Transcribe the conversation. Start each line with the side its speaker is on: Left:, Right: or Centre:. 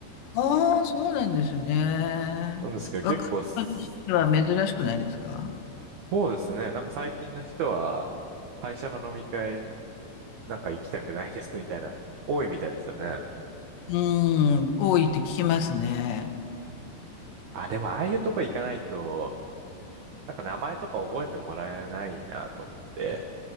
Left: ああー、そうなんですね。
Right: なんですけど結構そ
Left: 若い人は珍しくないですか
Right: うですね。なんか最近の人は会社の飲み会なんか行きたくないですみたいな多いみたいですよね。
Left: うーん、多いって聞きますね。
Right: あ、でもああいうとこ行かないとなんか名前とか覚えてもらえないなと思って。